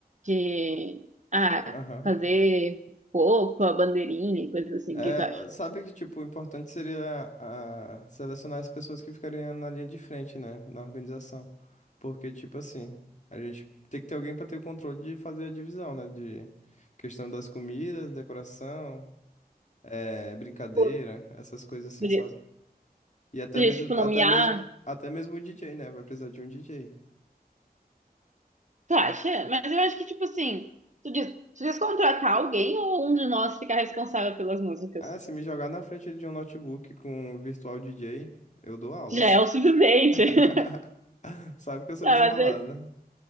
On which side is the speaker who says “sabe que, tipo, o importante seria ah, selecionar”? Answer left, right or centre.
Left